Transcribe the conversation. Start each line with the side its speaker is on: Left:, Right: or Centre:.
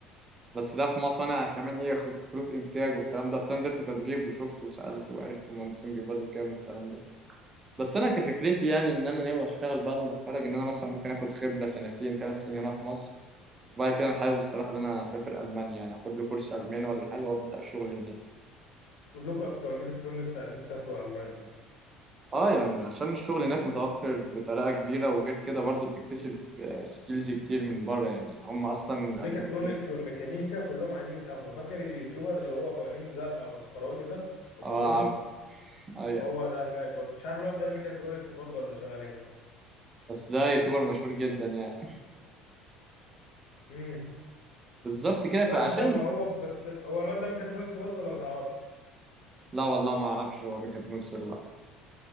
Right: بس ده في مصانع كمان ايه خط- خطوط انتاج والكلام ده اصل انا نزلت تدريب وشفت وسالت وعرفت المهندسين بيقبضوا كام والكلام ده بس انا كفكرتي يعني ان انا ناوي اشتغل بعد ما اتخرج ان انا مثلا ممكن اخد خبره سنتين ثلاث سنين هنا في مصر وبعد كده انا حابب الصراحه ان انا اسافر المانيا يعني اخد لي كورس الماني ولا حاجه وابدا شغل هناك
Left: كلكم بتوع الميكاترونكس عايزين تسافروا ألمانيا
Right: اه يعني عشان الشغل هناك متوفر بطريقة كبيرة وغير كده برضو بتكتسب سكيلز كتير من بره يعني هم اصلا الالمان
Left: الميكاترونكس
Right: دول-
Left: والميكانيكا كلهم عايزين يسافروا فاكر اليوتيوبر اللي هو أبو عين زرقاء وأصفراني ده أبيضاني
Right: اه عارف ايوه
Left: هو ده هناك برضه مش عارف الواد ده ميكاترونكس برضه ولا شغال ايه
Right: بس ده يوتيوبر مشهور جدا يعني
Left: امم
Right: <laughs> بالظبط كده فعشان
Left: طيب ما هو بس هو الواد ده ميكاترونكس برضه ولا ما تعرفش؟
Right: لا والله ما اعرفش هو ميكاترونكس ولا لا